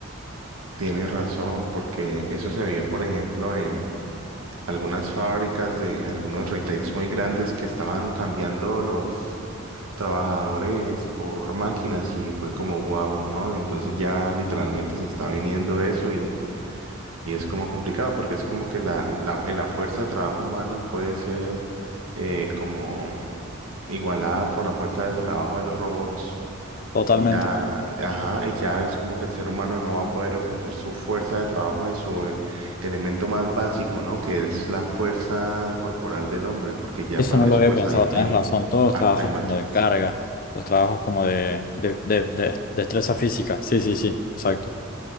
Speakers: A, on the right (about 85°); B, on the left (about 40°).
A: Tienes razón, porque eso se vio, por ejemplo, en algunas fábricas de algunos retails muy grandes que estaban cambiando los trabajadores por máquinas y fue como wow, ¿no? Entonces ya literalmente se está viniendo eso y, y es como complicado porque es como que la, la, la fuerza de trabajo humana puede ser eh, como igualada por la fuerza de trabajo de los robots.
B: totalmente.
A: Y ya, ajá, y ya es como que el ser humano no va a poder ofrecer su fuerza de trabajo en su eh, elemento más básico, ¿no? Que es la fuerza corporal del hombre, porque ya
B: Eso
A: para
B: no lo
A: eso
B: había
A: pues
B: pensado,
A: hay,
B: tenés
A: hay,
B: razón, todos los
A: ha-
B: trabajos
A: hay máquinas.
B: como de carga, los trabajos como de, de, de- de destreza física, sí, sí, sí, exacto.